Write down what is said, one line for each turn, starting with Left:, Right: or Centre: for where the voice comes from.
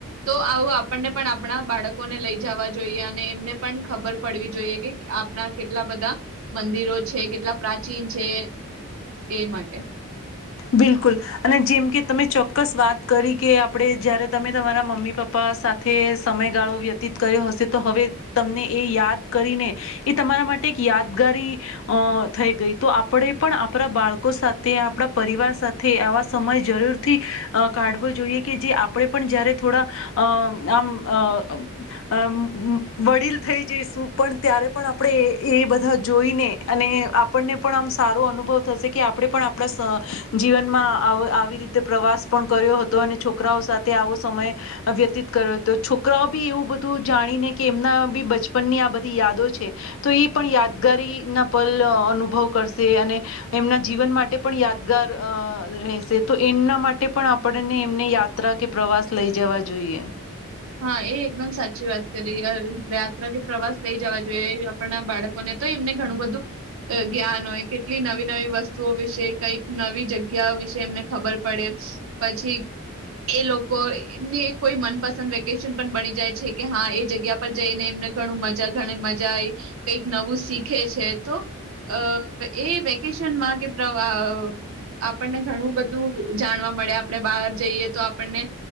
Right: તો આવું આપણને પણ આપ પણા બાળકોને લઈ જવા જોઈએ અને એમને પણ ખબર પડવી જોઈએ કે આપણા કેટલા બધા મંદિરો છે, કેટલા પ્રાચીન છે એ માટે.
Left: બિલકુલ, અને જેમ કે તમે ચોક્કસ વાત કરી કે આપણે જયારે તમે તમારા મમ્મી પપ્પા સાથે સમયગાળો વ્યતીત કર્યો હશે તો હવે તમને એ યાદ કરીને, એ તમારા માટે એક યાદગારી, અહ થઈ ગઈ તો આપણે પણ આપણા બાળકો સાથે આપણા પરિવાર સાથે આવા સમય જરૂરથી, અહ કાઢવો જોઈએ કે જે આપણે પણ જયારે થોડા, અહ અમ્મ અહ અમ્મ વ-વડીલ થઈ જઈશું પણ ત્યારે પણ આપણે એ એ બધા જોઈને અને આપણને પણ આમ સારો અનુભવ થશે કે આપણે પણ આપણા ત જીવનમાં આવ-આવી રીતે પ્રવાસ પણ કર્યો હતો અને છોકરાઓ સાથે આવો સમય, વ્યતીત કર્યો તો. છોકરાઓ બી એવું બધું જાણીને કે એમના બી બચપનની આ બધી યાદો છે, તો એ પણ યાદગારીના પલ અહ અનુભવ કરશે અને એમના જીવન માટે પણ યાદગાર અહ રહેશે. તો એમના માટે પણ આપણને એમને યાત્રા કે પ્રવાસ લઈ જવા જોઈએ.
Right: હા, એ એકદમ સાચી વાત કરી. યા-યાત્રા કે પ્રવાસ લઈ જવા જોઈએ આપણ નાં બાળકોને તો એમને ઘણું, બધું જ્ઞાન હોય કેટલી નવી નવી વસ્તુઓ વિશે કઈક નવી જગ્યા વિશે એમને ખબર પડે. પછી એ લોકો એમની કોઈ મનપસંદ વ્ય ટેશન પણ બની જાય છે કે હા એ જગ્યા પર જઈને એમને ઘણું મજા ઘણી મજા આવી, કઈક નવું શીખે છે. તો અહ એ વેકેશનમાં કે પ્રવા આહ અહ આપણને ઘણું બધું જાણવા મળે આપણે બહાર જઈએ તો આપણને,